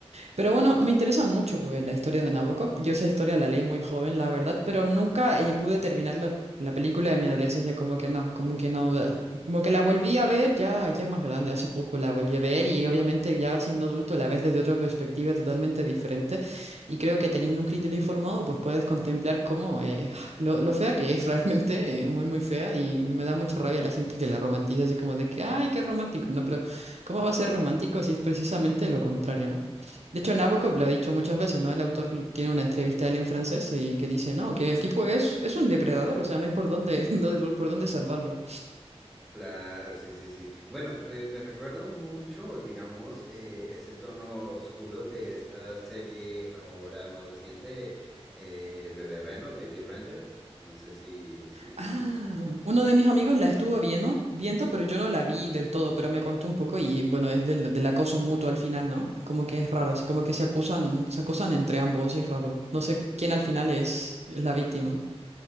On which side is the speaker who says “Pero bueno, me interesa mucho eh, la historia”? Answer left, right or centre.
Right